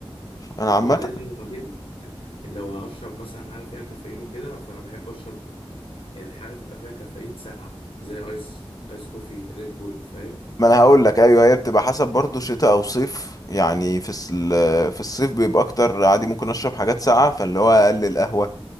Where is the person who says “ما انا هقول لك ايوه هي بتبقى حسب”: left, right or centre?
Left